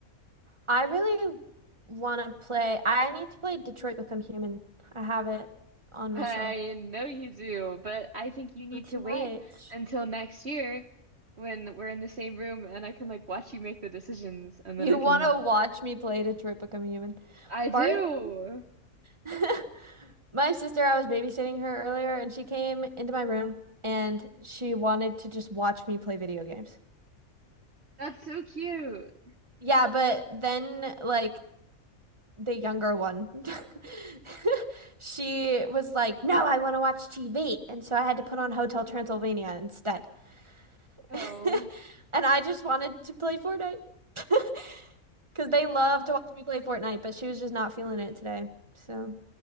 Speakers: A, on the right; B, on the right.
A: I really want to play. I need to play Detroit Become Human. I have it on
B: I
A: my shelf.
B: know you do, but I think you need
A: Not too
B: to wait
A: much.
B: until next year when we're in the same room and I can like watch you make the decisions and
A: You
B: then I can.
A: want to watch me play Detroit Become Human?
B: <laughs> I do.
A: Part <laughs> my sister, I was babysitting her earlier, and she came into my room and she wanted to just watch me play video games.
B: That's so cute.
A: Yeah, but then like the younger one, <laughs> she was like, "No, I want to watch TV," and so I had to put on Hotel Transylvania instead.
B: Oh.
A: <laughs> And I just wanted to play Fortnite <laughs> because they love
B: Yeah.
A: to watch me play Fortnite, but she was just not feeling it today. So,